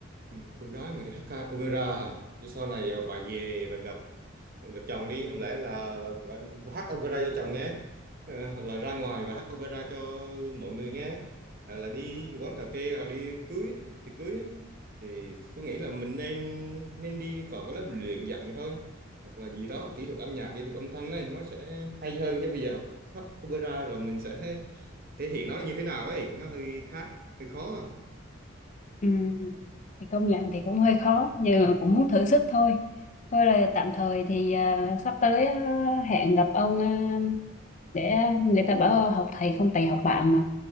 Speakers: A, on the right (about 45°); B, on the left (about 35°).
A: Ừ, con gái mà đi hát ca opera à? chứ sau này à, bà về bà gặp bà gặp chồng đi không lẽ là bà, bà, bà hát opera cho chồng nghe Ờ, hoặc là ra ngoài bà hát opera cho mọi người nghe hoặc là đi quán cà phê hoặc đi cưới thì cưới ấy. thì tôi nghĩ là mình nên nên đi vào cái lớp luyện dạy thôi hoặc là gì đó kỹ thuật âm nhạc kỹ thuật âm thanh ấy nó sẽ hay hơn chứ bây giờ học hát opera rồi mình sẽ thể hiện nó như thế nào ấy nó hơi khác hơi khó
B: Ừm, thì công nhận thì cũng hơi khó nhưng mà cũng muốn thử sức thôi thôi là tạm thời thì à, sắp tới à, hẹn gặp ông à, để người ta bảo học thầy không thầy học bạn mà